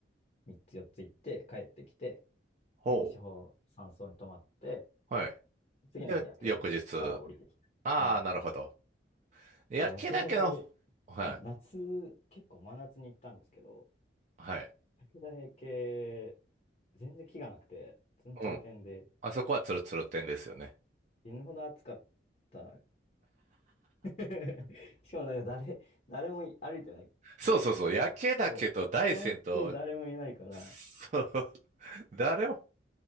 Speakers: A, on the left; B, on the right.
A: 3つ4つ行って、帰ってきて、
B: ほう。
A: で、西方山荘に泊まって、
B: はい。
A: 次の日、
B: で、
A: 夜景岳から降りてきた。
B: 翌日。ああ、
A: はい。
B: なるほど。焼きだけの、
A: でも夜景だ岳、
B: はい。
A: はい、夏、結構真夏に行ったんですけど、
B: はい。
A: 武田平家、全然気がなくて、ツンツル天で、
B: うん。あそこはツルツル店ですよね。
A: 死ぬほど暑かった。<laughs> しかもなんか誰、誰も歩いてない
B: そうそうそう。
A: んで、なんか、
B: 焼けだけと大山と、
A: こう、本当に誰もいないから、
B: そう。誰も、